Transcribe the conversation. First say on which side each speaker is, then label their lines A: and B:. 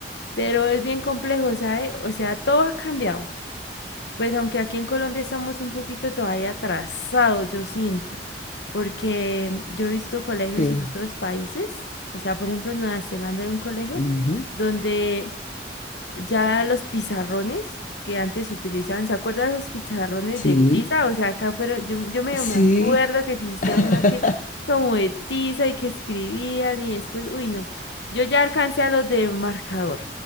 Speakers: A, on the left; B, on the left.
A: pero es bien complejo, ¿sabe? O sea, todo ha cambiado. Pues aunque aquí en Colombia estamos un poquito todavía atrasados, yo siento, porque yo he visto colegios
B: sí.
A: en otros países, o sea, por ejemplo, en Nueva Zelanda hay un colegio
B: ujú,
A: donde ya los pizarrones que antes se utilizaban, ¿se acuerdan los pizarrones
B: Sí,
A: de tiza? O sea, acá fueron, yo, yo medio
B: sí.
A: me acuerdo que existía
B: <laughs>
A: uno así como de tiza y que escribían y después, uy, no. Yo ya alcancé a los de marcador,